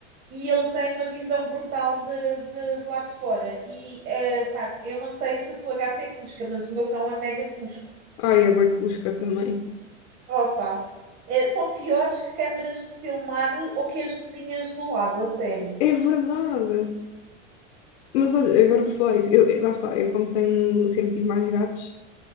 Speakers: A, on the right; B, on the left.
A: e ele tem uma visão brutal de, de, de lá de fora. E eh, pá, eu não sei se a tua gata é cusca, mas o meu cão é mega cusco.
B: Ai, é bué cusca também.
A: Opa, eh, são piores que câmaras de filmar ou que as vizinhas do lado, a sério.
B: É verdade. Mas olha, agora por falar isso, eu, lá está, eu como tenho sempre tive mais gatos,